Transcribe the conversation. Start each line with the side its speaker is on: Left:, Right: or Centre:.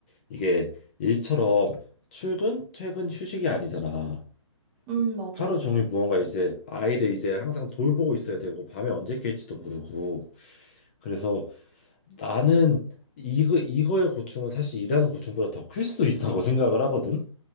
Left: 이게 일처럼 출근, 퇴근, 휴식이 아니잖아.
Right: 음, 맞아.
Left: 하루
Right: 어,
Left: 종일 무언가 이제 아이를 이제 항상 돌보고 있어야 되고 밤에 언제 깰지도 모르고. 그래서 나는 이거 이거의 고충은 사실 일하는 고충보다 더 클 수도 있다고 생각을 하거든.